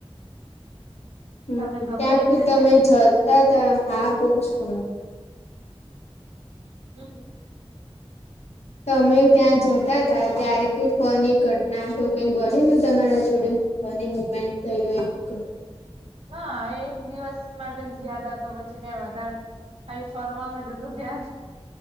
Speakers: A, on the left (about 85°); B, on the right (about 70°).
A: હમ
B: તમને ગમે
A: ત્યાં
B: એવી
A: કોઈ
B: જગ્યા
A: તમે જતા ત્યા હા બઉ છને
B: હમ
A: તો અમે ત્યાં જતા હતા ત્યારે કોઈ ફની ઘટના તો કઈ બની તી તમારા જોડે ફની મુમેન્ટ થઈ હોય એવી કઈ
B: ના એક દિવસ માટે જ ગયા તા તો પછી ત્યાં વધારે ખાલી ફરવાવામાં જ હતું ધ્યાન